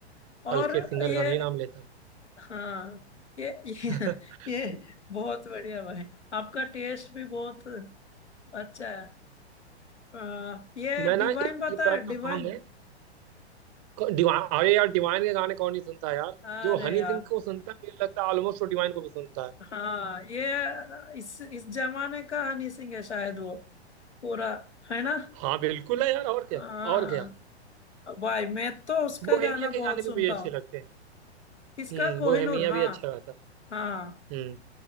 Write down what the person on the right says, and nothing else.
हल्के सिंगर
का नहीं नाम लेता
मैं <laughs>
मैं
ना एक
डी प्राक
का
सॉन्ग है क- डिवाइन अरे यार डिवाइन के गाने कौन नहीं सुनता है यार
जो हनी
सिंह को सुनता है मुझे लगता है ऑलमोस्ट वो डिवाइन को भी सुनता है
हाँ बिल्कुल है यार और क्या
और क्या
बोहेमिया
के गाने भी
मुझे अच्छे
लगते हैं
हम्म
बोहेमिया
भी अच्छा गाता है
हम्म